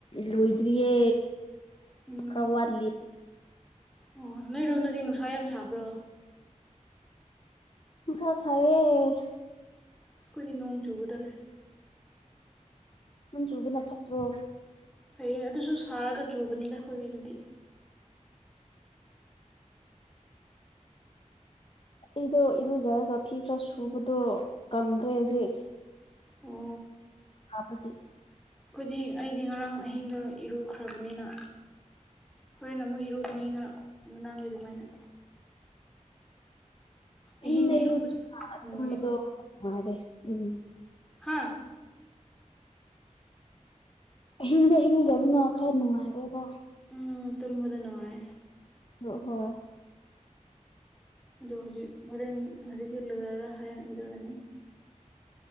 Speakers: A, on the left; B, in the centre.
A: ꯂꯣꯏꯗ꯭ꯔꯤꯌꯦ
B: ꯎꯝ
A: ꯈꯔ ꯋꯥꯠꯂꯤ
B: ꯑꯣ ꯅꯣꯏꯔꯣꯝꯗꯗꯤ ꯅꯨꯡꯁꯥ ꯌꯥꯝ ꯁꯥꯕ꯭ꯔꯣ
A: ꯁꯁ ꯑꯦ
B: ꯁꯈꯣꯏꯗꯤ ꯅꯣꯡ ꯆꯨꯒꯗꯧꯔꯦ
A: ꯅꯪ ꯆꯨꯕꯅ ꯐꯠꯇ꯭ꯔꯣ
B: ꯐꯩꯌꯦ ꯑꯗꯨꯁꯨ ꯁꯥꯔꯒ ꯆꯨꯕꯅꯤꯅ ꯑꯩꯈꯣꯏꯒꯤꯗꯨꯗꯤ
A: ꯑꯩꯗꯣ ꯏꯔꯨꯖꯔꯒ ꯐꯤ ꯈꯔ ꯁꯨꯕꯗꯣ ꯀꯪꯈ꯭ꯔꯦ ꯍꯧꯖꯤꯛ
B: ꯑꯣ
A: ꯎꯕꯒꯤ
B: ꯑꯩꯗꯤꯛ ꯑꯩꯗꯤ ꯉꯔꯥꯡ ꯑꯍꯤꯡꯒ ꯏꯔꯨꯈ꯭ꯔꯕꯅꯤꯅ ꯍꯣꯔꯦꯟꯅ ꯑꯃꯨꯛ ꯏꯔꯣꯛꯅꯤ ꯉ ꯉꯔꯥꯡꯒꯤ ꯑꯗꯨꯃꯥꯏꯅ
A: ꯍ
B: ꯑꯍꯤꯡꯗꯤ ꯏꯔꯨꯕꯁꯨ
A: ꯏꯔ
B: ꯅꯨꯡꯉꯥꯏꯕ
A: ꯇꯗꯨ ꯈ ꯃꯥꯔꯦ ꯎꯝ
B: ꯑ
A: ꯑꯍꯤꯡꯗ ꯏꯔꯨꯖꯕꯅ ꯈꯔ ꯅꯨꯡꯉꯥꯏꯔꯦꯕ
B: ꯎꯝ ꯇꯃꯗ ꯅꯨꯡꯉꯥꯏ
A: ꯅꯍꯣꯏ
B: ꯑꯗꯣ ꯍꯧꯖꯤꯛ ꯍꯣꯔꯦꯟ ꯍꯧꯖꯤꯛꯤ ꯂꯣꯏꯔꯔ ꯍꯣꯔꯦꯟ ꯏꯔꯒꯅꯤ